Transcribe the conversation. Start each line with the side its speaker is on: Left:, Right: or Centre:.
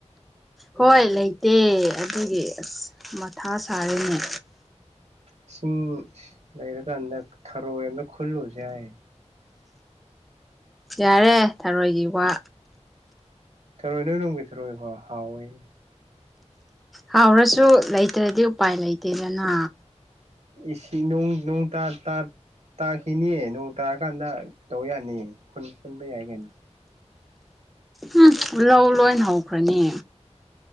Centre: ꯍꯣꯏ ꯂꯩꯇꯦ ꯑꯗꯨꯒꯤ ꯑꯁ ꯃꯊꯥ ꯁꯥꯔꯤꯅꯦ
Right: ꯏꯁꯤꯡ ꯂꯩꯔꯀꯥꯟꯗ ꯊꯔꯣꯏ ꯑꯝꯇ ꯈꯨꯜꯂꯨꯁꯦ ꯍꯥꯏ
Centre: ꯌꯥꯔꯦ ꯊꯔꯣꯏꯒꯤ ꯋꯥ
Right: ꯊꯔꯣꯏ ꯅꯣꯏ ꯅꯅꯨꯡꯕꯤ ꯊꯔꯣ ꯍ ꯍꯥꯎꯑꯣꯏꯅꯦ
Centre: ꯍꯥꯎꯔꯁꯨ ꯂꯩꯇ꯭ꯔꯗꯤ ꯎꯄꯥꯏ ꯂꯩꯇꯦꯗꯅ
Right: ꯏꯁꯤ ꯅꯣꯡ ꯅꯣꯡ ꯇ ꯇꯔ ꯇꯥꯈꯤꯅꯤꯌꯦ ꯅꯣꯡ ꯇꯥꯔꯀꯥꯟꯗ ꯇꯧꯕ ꯌꯥꯅꯤꯌꯦ ꯈꯨꯟꯕ ꯌꯥꯏ ꯀꯩꯅ
Centre: ꯎꯝ ꯂꯧ ꯂꯣꯏ ꯍꯧꯈ꯭ꯔꯅꯤ